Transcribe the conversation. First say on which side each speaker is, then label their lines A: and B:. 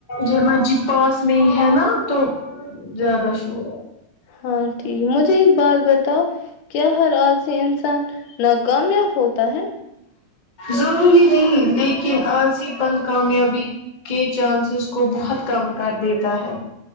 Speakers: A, on the left (about 30°); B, on the left (about 80°).
A: یہ مسجد پاس میں ہی ہے نا تو زیادہ شور ہے
B: ہاں ٹھیک مجھے ایک بات بتاؤ کیا ہر آال سے انسان ناکامیاب ہوتا ہے
A: ضروری نہیں لیکن آالسی پن کامیابی کے چانسز کو بہت کم کر دیتا ہے